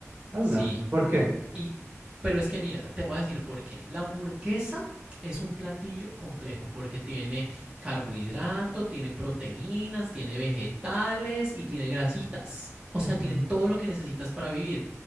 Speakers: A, on the right (about 45°); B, on the right (about 15°).
A: Hola.
B: Sí,
A: ¿Por qué?
B: Y, pero es que mira, te voy a decir por qué. La hamburguesa es un platillo complejo porque tiene carbohidrato, tiene proteínas, tiene vegetales y tiene grasitas. O sea,
A: Ujú.
B: tiene todo lo que necesitas para vivir.